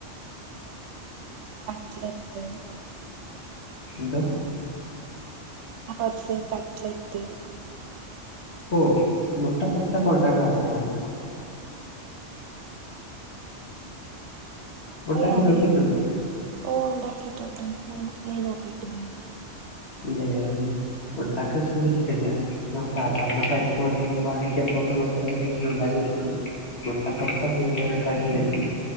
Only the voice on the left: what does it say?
എന്തോ
ഓ മുട്ട പപ്സൊക്കെ ഉണ്ടാക്കാനറിയാവോ? ഉണ്ടാക്കി
നോക്കിയിട്ടുണ്ടോ?
ഇല്ല ഞാൻ ഉണ്ടാക്കാൻ ശ്രമിച്ചിട്ടില്ല. ഉം സാധാരണ പരിപ്പ് വടയും വാഴക്കപ്പൊക്കെ മാത്രേ വീട്ടില് ഉണ്ടാക്കിയിട്ടൊള്ളു. മുട്ടപപ്സൊന്നും ഇതുവരെ ട്രൈ ചെയ്തിട്ടില്ല.